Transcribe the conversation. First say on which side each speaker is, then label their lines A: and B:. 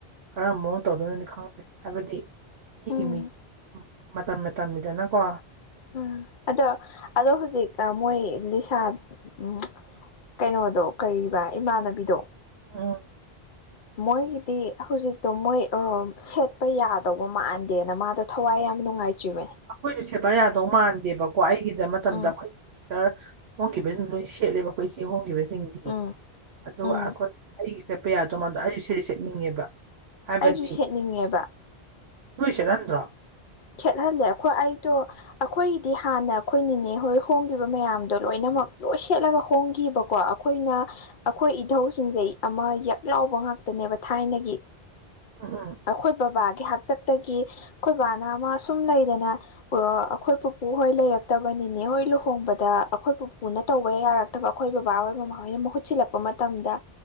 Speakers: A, on the right; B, on the left.
A: ꯀꯔꯝꯕ ꯃꯑꯣꯡ ꯇꯧꯗꯣꯏꯅꯣꯗꯤ ꯈꯪꯉꯗꯦ ꯍꯥꯏꯕꯗꯤ ꯃꯤꯒꯤ
B: ꯎꯝ
A: ꯃꯤ ꯃꯇꯝ ꯃꯇꯝꯅꯤꯗꯅꯀꯣ
B: ꯎꯝ ꯑꯗꯣ ꯑꯗꯣ ꯍꯧꯖꯤꯛ ꯃꯣꯏ ꯂꯤꯁꯥ ꯎꯝ ꯀꯩꯅꯣꯗꯣ ꯀꯔꯤꯕ ꯏꯃꯥꯟꯅꯕꯤꯗꯣ
A: ꯎꯝ
B: ꯃꯣꯏꯒꯤꯗꯤ ꯍꯧꯖꯤꯛꯇꯣ ꯃꯣꯏꯑ ꯁꯦꯠꯄ ꯌꯥꯗꯧꯕ ꯃꯥꯟꯗꯦꯅ ꯃꯥꯗꯣ ꯊꯋꯥꯏ ꯌꯥꯝ ꯅꯨꯡꯉꯥꯏꯇ꯭ꯔꯤꯕꯅꯤ
A: ꯑꯩꯈꯣꯏꯖꯨ ꯁꯦꯠꯄ ꯌꯥꯗꯧ ꯃꯥꯟꯗꯦꯕꯀꯣ ꯑꯩꯒꯤꯗ ꯃꯇꯝꯗ
B: ꯎꯝ
A: ꯑꯩꯈꯣꯏ ꯈꯔ ꯍꯣꯡꯈꯤꯕꯁꯤꯡ ꯂꯣꯏ ꯁꯦꯠꯂꯦꯕ ꯑꯩꯈꯣꯏ ꯆꯦ ꯍꯣꯡꯈꯤꯕꯁꯤꯡ ꯒꯤꯡꯗꯤ
B: ꯎꯝ
A: ꯑꯗꯨꯒ
B: ꯎꯝ
A: ꯑꯩꯈꯣꯏ ꯑꯩꯒꯤ ꯁꯦꯠꯄ ꯌꯥꯗꯧ ꯃꯟꯗꯦ ꯑꯩꯁꯨ ꯁꯦꯠ ꯁꯦꯠꯅꯤꯡꯉꯦꯕ ꯍꯥꯏꯕꯗꯤ
B: ꯑꯩꯁꯨ ꯁꯦꯠꯅꯤꯡꯉꯦꯕ
A: ꯅꯣꯏ ꯁꯦꯠꯍꯟꯗ꯭ꯔꯣ꯫
B: ꯁꯦꯠꯍꯜꯂꯦ ꯑꯩꯈꯣꯏ ꯑꯩꯗꯣ ꯑꯩꯈꯣꯏꯒꯤꯗꯤ ꯍꯥꯟꯅ ꯑꯩꯈꯣꯏꯅꯤꯅꯦ ꯍꯣꯏ ꯍꯣꯡꯈꯤꯕ ꯃꯌꯥꯝꯗꯣ ꯂꯣꯏꯅꯃꯛ ꯂꯣꯏ ꯁꯦꯠꯂꯒ ꯍꯣꯡꯈꯤꯕꯀꯣ ꯑꯩꯈꯣꯏꯅ ꯑꯩꯈꯣꯏ ꯏꯙꯧꯁꯤꯡꯖꯦ ꯑꯃ ꯌꯛ ꯂꯥꯎꯕ ꯉꯥꯛꯇꯅꯦꯕ ꯊꯥꯏꯅꯒꯤ
A: ꯎꯝ ꯎꯝ
B: ꯑꯩꯈꯣꯏ ꯕꯕꯥꯒꯤ ꯍꯥꯛꯇꯛꯇꯒꯤ ꯑꯩꯈꯣꯏ ꯕꯥꯅ ꯑꯃ ꯁꯨꯝ ꯂꯩꯗꯅ ꯑꯩꯈꯣꯏ ꯄꯨꯄꯨ ꯍꯣꯏ ꯂꯩꯔꯛꯇꯕ ꯅꯤꯅꯦ ꯍꯣꯏ ꯂꯨꯍꯣꯡꯕꯗ ꯑꯩꯈꯣꯏ ꯄꯨꯄꯨꯅ ꯇꯧꯕ ꯌꯥꯔ ꯅꯠꯇꯕ ꯑꯩꯈꯣꯏ ꯕꯕꯥꯍꯣꯏ ꯃꯃꯥꯍꯣꯏꯅ ꯃꯍꯨꯠ ꯁꯤꯜꯂꯛꯄ ꯃꯇꯝꯗ